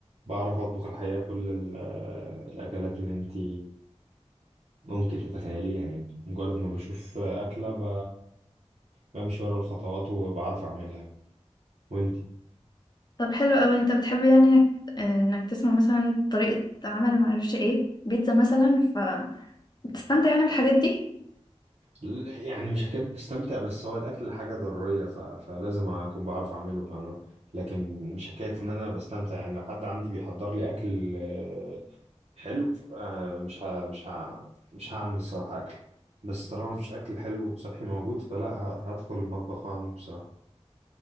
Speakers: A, on the right; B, on the left.
A: بعرف أطبخ الحقيقة كل ال- الأكلات اللي أنتي ممكن تتخيليها يعني مجرد ما بشوف أكلة ب... بمشي ورا الخطوات وبعرف أعملها وأنتي
B: طب حلو قوي انت بتحب يعني انك آه، إنك تسمع مثلا طريقة عمل معرفش ايه بيتزا مثلا فبتستمتع يعني بالحاجات دي
A: ل- يعني مش هكذب بستمتع بس هو الأكل حاجة ضرورية ف... فلازم أكون بعرف أعمله فاهمة لكن مش حكاية إن أنا بستمتع يعني لو حد عندي بيحضر لي أكل آه، حلو آه، مش ه... مش ه... مش هعمل الصراحة أكل بس طالما مفيش أكل حلو وصحي موجود فلا ه... هدخل المطبخ وأعمل بصراحة